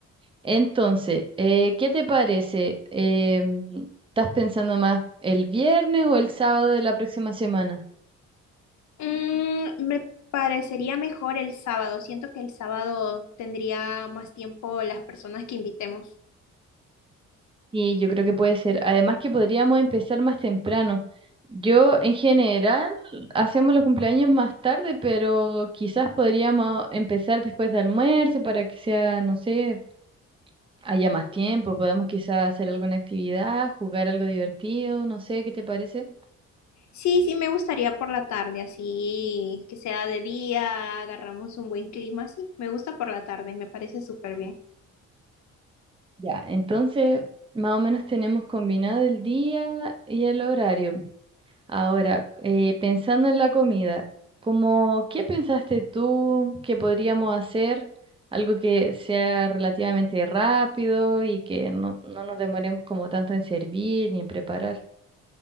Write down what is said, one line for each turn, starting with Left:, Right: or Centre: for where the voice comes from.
Right: Entonces, eh, ¿qué te parece? Em, ¿estás pensando más el viernes o el sábado de la próxima semana?
Left: Mm, me parecería mejor el sábado. Siento que el sábado tendría más tiempo las personas que invitemos.
Right: Sí, yo creo que puede ser. Además que podríamos empezar más temprano. Yo en general hacemos los cumpleaños más tarde, pero quizás podríamos empezar después de almuerzo para que sea, no sé, haya más tiempo. Podamos quizás hacer alguna actividad, jugar algo divertido, no sé, ¿qué te parece?
Left: Sí, sí, me gustaría por la tarde, así que sea de día, agarramos un buen clima, sí, me gusta por la tarde, me parece súper bien.
Right: Ya, entonces más o menos tenemos combinado el día y el horario. Ahora, eh, pensando en la comida, como, ¿qué pensaste tú que podríamos hacer? Algo que sea relativamente rápido y que no, no nos demoremos como tanto en servir ni en preparar.